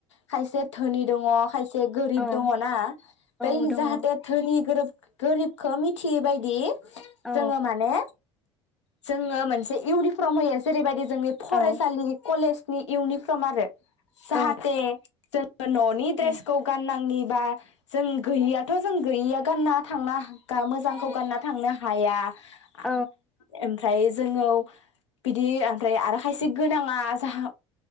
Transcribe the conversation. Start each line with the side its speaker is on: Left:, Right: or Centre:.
Left: खायसे धोनि दङ खायसे गोरिब
Centre: औ
Left: दङना
Centre: औ
Left: बै
Centre: दङ
Left: जाहाथे
Centre: औ
Left: धोनि गोरोब गोरिबखो मिथियै बायदि
Centre: औ
Left: जोङो माने जोङो मोनसे इउनिफर्म होयो जेरैबायदि जों फरायसालि
Centre: औ
Left: कलेज नि इउनिफर्म आरो। जाहाथे
Centre: औ
Left: जों ननि ड्रेसखौ
Centre: औ
Left: गाननांङि बा जों गैयियाथ' जों गैयिया गानना थांना हा गा मोजांखौ गानना थांनो हाया। आ
Centre: औ
Left: एम फ्राय जोङो बिदि ओमफ्राय आर खायसे गोनाङा जाहा